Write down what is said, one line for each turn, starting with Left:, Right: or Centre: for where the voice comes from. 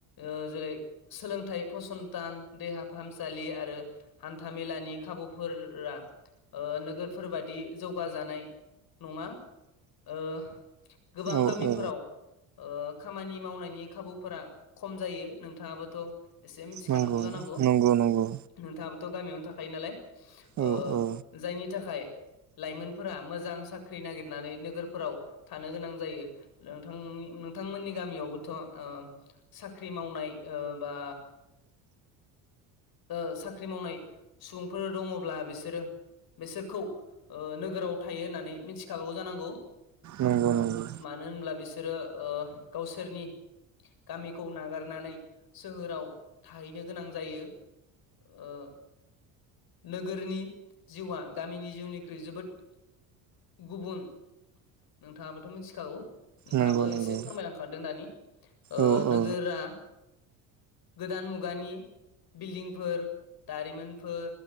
Left: ओ जेरै सोलोंथाइ फसंथान देहा फाहामसालि आरो हान्थाामेलानि खाबुफोरा नोगोरफोरबादि जौगाजानाय नंङा ओ गोबां
Right: औ
Left: गामिफोराव
Right: औ
Left: ओ खामानि मावनायनि खाबुफोरा खम जायो नोंथाङाबोथ' एसे मिथिखानांगौ
Right: नंगौ
Left: जानांगौ।
Right: नंगौ नंगौ
Left: नोंथाङाबोथ' गामियावनो थाखायो नालाय
Right: औ
Left: ओ
Right: औ
Left: जायनि थाखाय लाइमोनफोरा मोजां साख्रि नागिरनानै नोगोरफोराव थानो गोनां जायो। नोंथांनि नोंथांमोननि गामियावबोथ' ओ साख्रि मावनाय ओ बा ओ साख्रि मावनाय सुबुंफोर दङब्ला बिसोरो बिसोरखौ ओ नोगोराव थायो होननानै मिथिखागौ जानांगौ
Right: नंगौ नंगौ
Left: मा नो होनब्ला बिसोरो ओ गावसोरनि गामिखौ नागार नानै सोहोराव थाहैनो गोनां जायो। ओ नोगोरनि जिउआ गामिनि जिउनिख्रुइ जोबोद गुबुन नोंथाङाबोथ' मिन्थिखागौ। नोंथाबो
Right: नंगौ नंगौ
Left: एसे फोरमायलांखादों दानि ओ
Right: औ
Left: नोगोरा
Right: औ
Left: गोदान मुगानि बिल्डिंफोर दारिमिनफोर